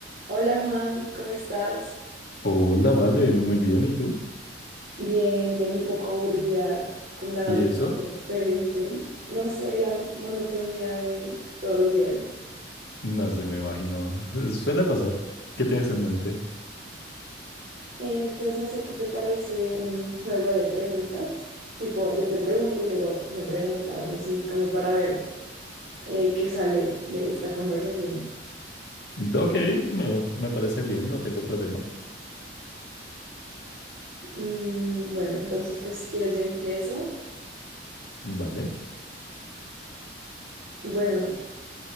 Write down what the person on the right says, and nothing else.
Hola Juan, ¿cómo estás?
Bien, bien, un poco aburrida, con ganas
de
hacer algo diferente. No sé, la monotonía de todos los días.
Eh, pues no sé, ¿qué te parece un juego de preguntas? Tipo, yo te pregunto y luego tú me preguntas y así como para ver eh, qué sale de esta conversación.
Mm, bueno, entonces pues si quieres yo empiezo.
Bueno,